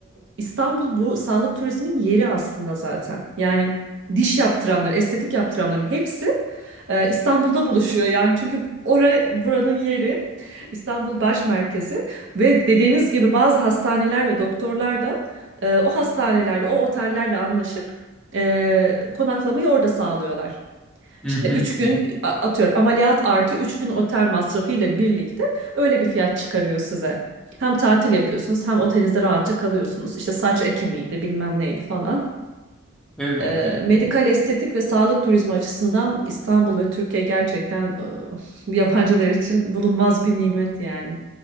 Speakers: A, on the right (about 60°); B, in the centre.
A: e, İstanbul bu sağlık turizmin yeri aslında zaten. Yani diş yaptıranlar, estetik yaptıranların hepsi e, İstanbul'da buluşuyor. Yani çünkü oraya buranın yeri İstanbul baş merkezi ve dediğiniz gibi bazı hastaneler ve doktorlar da e, o hastanelerle, o otellerle anlaşıp e, konaklamayı orada sağlıyorlar.
B: Hı
A: İşte
B: hı,
A: 3 gün
B: hı hı.
A: a- atıyorum ameliyat artı 3 gün otel masrafı ile birlikte öyle bir fiyat çıkarıyor size. Hem tatil yapıyorsunuz hem otelinizde rahatça kalıyorsunuz. İşte saç ekimiydi bilmem neydi falan.
B: Evet,
A: Ee,
B: evet.
A: medikal estetik ve sağlık turizmi açısından İstanbul ve Türkiye gerçekten e, <laughs> yabancılar için bulunmaz bir nimet yani.